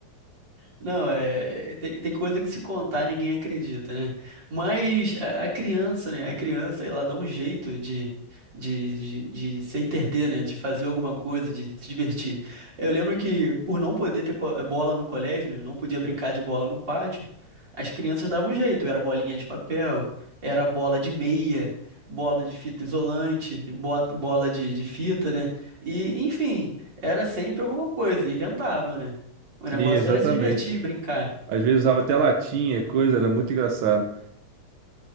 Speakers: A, on the right; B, on the right.
A: Não, é, tem, tem coisa que se contar ninguém acredita, né? Mas a, a criança, né? A criança, ela dá um jeito de, de, de, de se entreter, né? De fazer alguma coisa, de se divertir. Eu lembro que, por não poder ter co- bola no colégio, né? Não podia brincar de bola no pátio, as crianças davam um jeito. Era bolinha de papel, era bola de meia, bola de fita isolante, bo- bola de, de fita, né? E, enfim, era sempre alguma coisa, inventava, né? O negócio
B: Sim, exatamente.
A: era se divertir, brincar.
B: Às vezes usava até latinha, coisa, era muito engraçado.